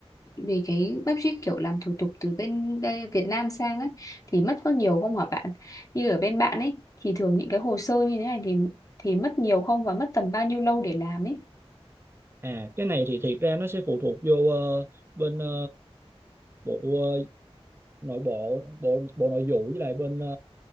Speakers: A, on the left; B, on the right.
A: về cái bắp ship kiểu làm thủ tục từ bên đây Việt Nam sang ấy thì mất có nhiều không hả bạn? Như ở bên bạn ấy thì thường những cái hồ sơ như thế này thì thì mất nhiều không và mất tầm bao nhiêu lâu để làm ấy?
B: à cái này thì thiệt ra nó sẽ phụ thuộc vô ờ, bên ờ, bộ ờ, nội bộ bộ bộ nội vụ với lại bên ờ,